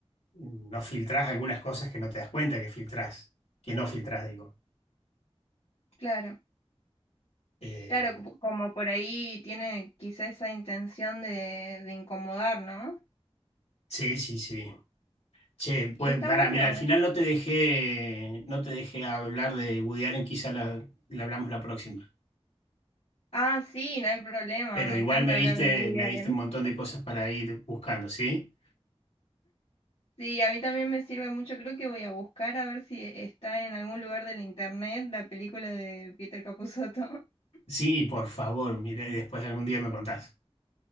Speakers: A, on the left (about 85°); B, on the left (about 70°).
A: no filtrás algunas cosas que no te das cuenta que filtrás, que no filtrás, digo.
B: Claro,
A: Eh,
B: claro, como como por ahí tiene quizá esa intención de, de incomodar, ¿no?
A: sí, sí, sí. Che, pues
B: Y está
A: para,
B: bueno.
A: mira, al final no te dejé, no te dejé hablar de Woody Allen, quizá la, la hablamos la próxima.
B: Ah, sí, no hay problema.
A: Pero
B: Me
A: igual
B: encanta
A: me diste,
B: hablar de Woody
A: me
B: Allen.
A: diste un montón de cosas para ir buscando, ¿sí?
B: Sí, a mí también me sirve mucho. Creo que voy a buscar a ver si está en algún lugar del internet la película de Peter Capusotto. <laughs>
A: Sí, por favor, mira, y después algún día me contás.